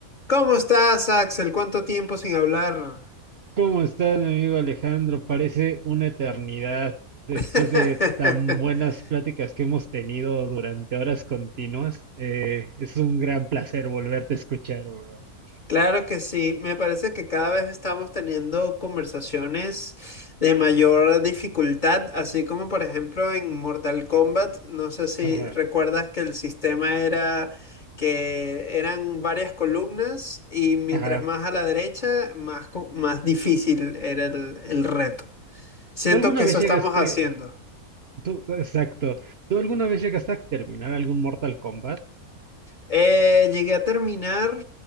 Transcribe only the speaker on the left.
¿Cómo estás, Axel? ¿Cuánto tiempo sin hablar?
<laughs>
Claro que sí, me parece que cada vez estamos teniendo conversaciones de mayor dificultad, así como por ejemplo en Mortal Kombat, no sé si
recuerdas que el sistema era que eran varias columnas y mientras
más a la derecha, más, co- más difícil era el el reto. Siento
que
eso estamos
haciendo.
Eh, llegué a terminar,